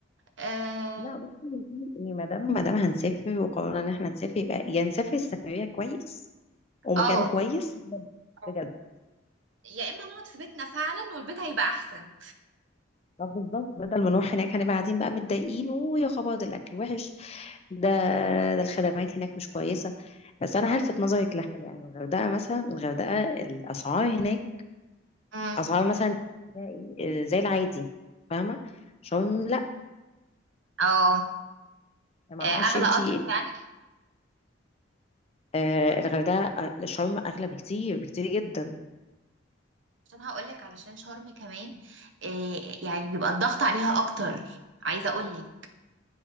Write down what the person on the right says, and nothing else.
اه
آه،
اه
يا اما نقعد في بيتنا فعلا والبيت هيبقى احسن
مم.
اه
آه،
اغلى
قطر يعني.
عشان هقولك علشان شرم كمان إيه يعني بيبقى الضغط عليها اكتر عايزه اقولك